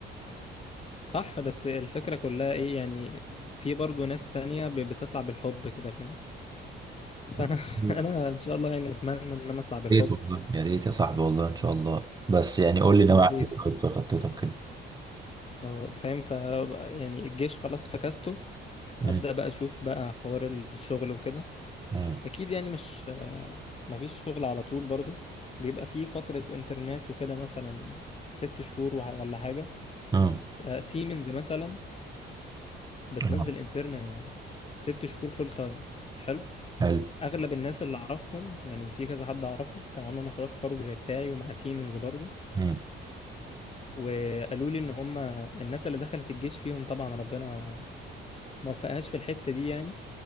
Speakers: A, on the left; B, on the right.
A: صح بس الفكرة كلها ايه يعني في برضو ناس تانية ب- بتطلع بالحب كده فاهم فانا
B: عادي
A: <laughs> انا ان شاء الله يعني اتمنى ان انا اطلع بالحب
B: ريت والله يا ريت يا صاحبي والله ان شاء الله بس يعني قول لي ناوي
A: يا
B: على
A: ريت
B: ايه طيب في خطتك كده
A: اه فاهم ف يعني الجيش خلاص فكسته
B: مم.
A: ابدا بقى اشوف بقى حوار الشغل وكده
B: مم.
A: اكيد يعني مش آه، مفيش شغل على طول برضو بيبقى فيه فترة انترنت وكده مثلا ست شهور وح- ولا حاجة
B: مم.
A: آه، سيمنز مثلا بتنزل
B: مم.
A: انترن ست شهور فول تايم حلو
B: حلو
A: اغلب الناس اللي اعرفهم يعني في كذا حد اعرفه كان عامل مشروع تخرج زي بتاعي ومع سيمنز برضو
B: مم.
A: وقالوا لي ان هم الناس اللي دخلت الجيش فيهم طبعا ربنا موفقهاش في الحتة دي يعني